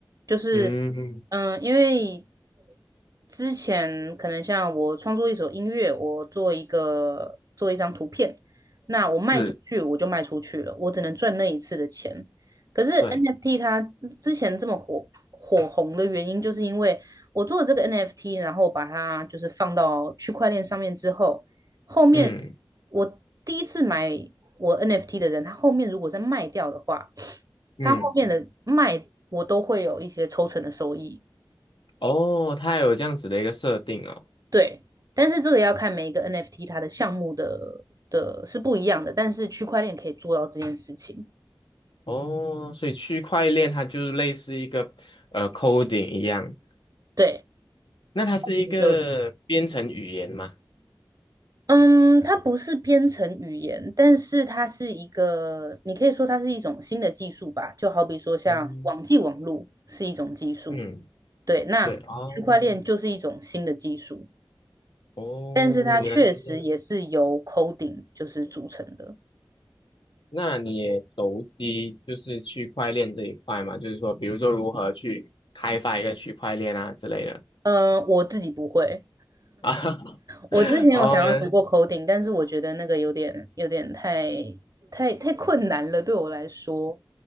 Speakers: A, on the right; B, on the left.
A: 就是
B: 嗯
A: 嗯，呃因为之前可能像我创作一首音乐，我做一个做一张图片，那我卖出去我就卖出去了，
B: 是，
A: 我只能赚那一次的钱。可是
B: 对，
A: NFT 它之前这么火火红的原因，就是因为我做了这个 NFT，然后把它就是放到区块链上面之后。后面
B: 嗯
A: 我第一次买我 NFT 的人，他后面如果再卖掉的话，
B: 嗯，
A: 他后面的卖我都会有一些抽成的收益。
B: 哦，它有这样子的一个设定哦，
A: 对，但是这个要看每一个 NFT 它的项目的的是不一样的，但是区块链可以做到这件事情。
B: 哦，所以区块链它就是类似一个呃 coding 一样，
A: 对，
B: 那它是一个编程语言嘛？
A: 其实就是。嗯，它不是编程语言，但是它是一个，你可以说它是一种新的技术吧，就好比说像网际网路是一种技术，
B: 嗯嗯，
A: 对，那区块链就是一种新的技术，
B: 对，哦哦，
A: 但是它确实也是由
B: 原来是这样。
A: coding 就是组成的。
B: 那你也熟悉就是区块链这一块嘛？就是说，比如说如何去开发一个区块链啊之类的
A: 嗯、呃，我自己不会，
B: 啊？<laughs>
A: 我之前有想要学过
B: 哦，原来是
A: coding，但是我觉得那个有点有点太太太困难了，对我来说。